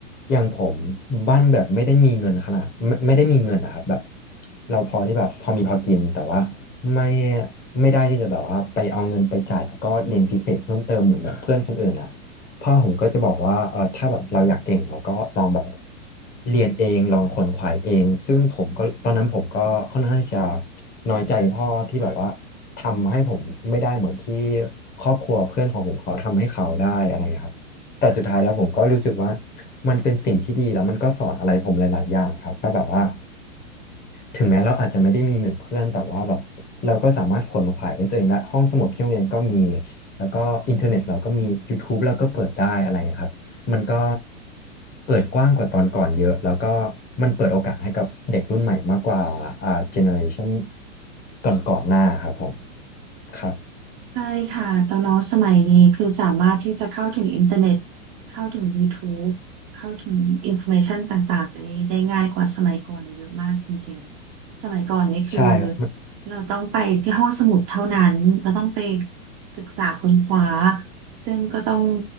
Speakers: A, on the left; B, on the right.
A: อย่างผมบ้านแบบไม่ได้มีเงินขนาดไม่ไม่ได้มีเงินนะครับแบบเราพอที่แบบพอมีพอกินแต่ว่า ไม่ไม่ได้ที่จะแบบว่าไปเอาเงินไปจ่ายแล้วก็เรียนพิเศษเพิ่มเติมเหมือนแบบเพื่อนคนอื่นอ่ะพ่อผมก็จะบอกว่าเออถ้าแบบเราอยากเก่งเราก็ลองแบบเรียนเองลองขวนขวายเองซึ่งผมก็ตอนนั้นผมก็ค่อนข้างที่จะน้อยใจพ่อที่แบบว่าทำให้ผมไม่ได้เหมือนที่ครอบครัวเพื่อนของผมเขาทำให้เขาได้อะไรอย่างเงี้ยครับแต่สุดท้ายแล้วผมก็รู้สึกว่ามันเป็นสิ่งที่ดีแล้วมันก็สอนอะไรผมหลายๆอย่างครับว่าแบบว่า ถึงแม้เราอาจจะไม่ได้มีเหมือนเพื่อนแต่ว่าแบบเราก็สามารถขวนขวายด้วยตัวเองและห้องสมุดที่โรงเรียนก็มีแล้วก็อินเทอร์เน็ตเราก็มี YouTube เราก็เปิดได้อะไรอย่างเงี้ยครับมันก็เปิดกว้างกว่าตอนก่อนเยอะแล้วก็มันเปิดโอกาสให้กับเด็กรุ่นใหม่มากกว่าอ่าเจเนอเรชันก่อนก่อนหน้าครับผมครับ
B: ใช่ค่ะแล้วเนาะสมัยนี้คือสามารถที่จะเข้าถึงอินเทอร์เน็ตเข้าถึงยูทูบเข้าถึงอินโฟเมชันต่างๆได้ได้ง่ายกว่าสมัยก่อนเยอะมากจริงๆสมัยก่อนนี่คือ
A: ใช่ครับมัน
B: เราต้องไปที่ห้องสมุดเท่านั้นเราต้องไปศึกษาค้นคว้าซึ่งก็ต้อง